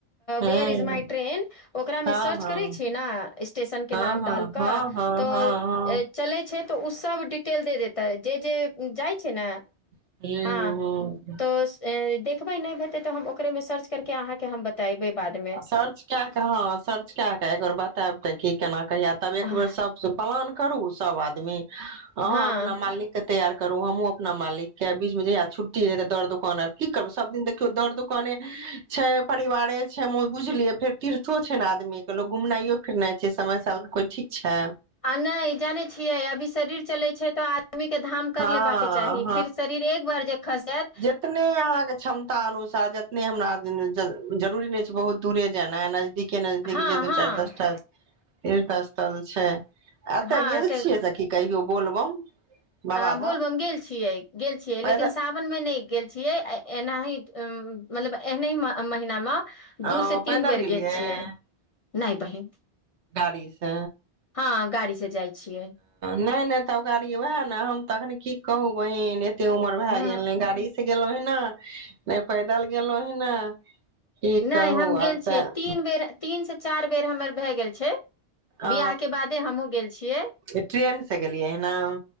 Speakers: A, on the right; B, on the left.
A: हँ
B: वेयर इज माइ ट्रेन ओकरा
A: हँ
B: में सर्च करैत छियै ने स्टेशन के
A: हँ
B: नाम
A: हँ
B: डालि कऽ
A: हँ हँ हँ
B: तऽ
A: हँ
B: चलै छै तऽ ओ सब डिटेल दे देतै जे जे जाई छै ने
A: हू
B: हँ
A: ह
B: तऽ देखबै नहि हेतै तऽ हम ओकरे मे सर्च करके आहाँ के हम बतेबै बादमे
A: सर्च के के ह सर्च के के एकबेर बताब ते की केना कहिया तब एकबेर
B: आह,
A: सबस प्लान करू सब आदमी अहाँ
B: हँ
A: अपना मालिक के तैयार करू हम हुँ अपना मालिक के बीच में जहिआ छुट्टी है तऽ दर् दुकान आर कऽ करै सब दिन देखियौ दर् दुकान कोने छै परिवारे ओ बुझलियै फेर तीर्थो छै ने आदमी के लो घुमनाइयो फिरनाइ छै समय साल के कोइ ठीक छै
B: आ नै जाने छियै अभी शरीर चले छै तऽ आदमी के धाम कर
A: हँ
B: लेबाक के चाही फिर शरीर एक बार जे खसत
A: जितने आहाँके क्षमता अनुसार जतने हमरा जरुररी नहि छै बहुत दूरे जेाना है नजदीक के नजदीक
B: हँ
A: जे दू
B: हँ
A: चारि दस टा तीर्थ स्थल छै एतऽ
B: हँ
A: गेल
B: से
A: छियै कहियो बोलबम बाबाधाम
B: अ बोलबम गेल छियै गेल छियै
A: पैदल
B: लेकिन मे नहि गेल छीये एनाही मतलब एना महिना मे <unintelligible> दू
A: ओ
B: से तीन
A: पैदल
B: बेर
A: गेलियै
B: गेल छियै नहि बहिन
A: गाड़ी से
B: हाँ गाड़ी से जाई छियै
A: नहि नहि तब गाड़ी वएह ने हम तऽ अखनी की कहू बहिन एते उमर भए
B: ह
A: गेल ने गाड़ी से गेलहुँ ह ने नहि पैदल गेलहु ह ने की
B: नहि
A: कहू
B: हम गेल
A: आब
B: छियै
A: तऽ
B: तीन बेर तीन से चारि बेर हमर भए गेल छै
A: आ
B: बियाह के बादे हमहुँ गेल छियै
A: ट्रेन से गेलियै हम <unintelligible>